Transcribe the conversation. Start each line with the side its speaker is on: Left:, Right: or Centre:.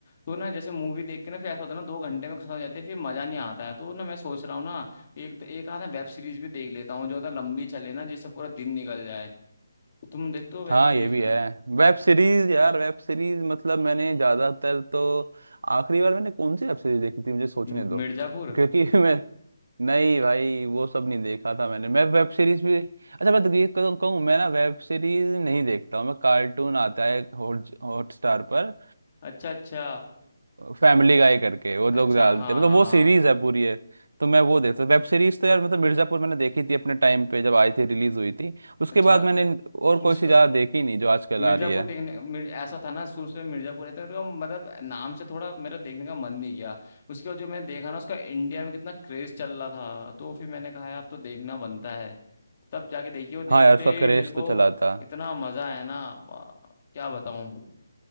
Left: तो ना जैसे मूवी देख के ना फिर ऐसा होता है ना दो घंटे में खत्म हो जाते हैं फिर मजा नहीं आता है तो ना मैं सोच रहा हूँ ना एक एक आधा वेब सीरीज भी देख लेता हूँ जो मतलब लंबी चले ना जिससे पूरा दिन निकल जाए तुम देखते हो वेब
Right: हाँ
Left: सीरीज
Right: ये भी
Left: में
Right: है वेब सीरीज यार वेब सीरीज मतलब मैंने ज्यादातर तो आखिरी बार मैंने कौन सी वेब सीरीज देखी थी मुझे सोचने
Left: म-
Right: दो
Left: मिर्जापुर
Right: क्योंकि <laughs> मैं नहीं भाई वो सब नहीं देखा था मैंने मैं वेब सीरीज भी अच्छा मैं तो ये कहूँ मैं ना वेब सीरीज नहीं देखता हूँ मैं कार्टून आता है हॉट हॉटस्टार पर
Left: अच्छा अच्छा
Right: फैमिली गाय करके वो लोग
Left: अच्छा
Right: डालते
Left: हाँ हाँ
Right: मतलब वो सीरीज
Left: हाँ,
Right: है पूरी है तो मैं वो देखता वेब सीरीज तो यार मतलब मिर्जापुर मैंने देखी थी अपने टाइम पे जब आई थी रिलीज हुई थी उसके
Left: अच्छा
Right: बाद मैंने और कोई
Left: उसका
Right: सी ज़्यादा देखी नहीं जो आजकल
Left: मिर्जापुर
Right: आ रही है
Left: देखने मिर, ऐसा था ना शुरू से मिर्जापुर रहते हैं तो मतलब नाम से थोड़ा मेरा देखने का मन नहीं गया उसके बाद जो मैंने देखा ना उसका इंडिया में कितना क्रेज चल रहा था तो फिर मैंने कहा यार अब तो देखना बनता है तब जाके देखिए वो देखते
Right: हाँ यार उसका क्रेज
Left: ही मेरे को
Right: तो चला था
Left: इतना मजा आया ना आ, क्या बताऊं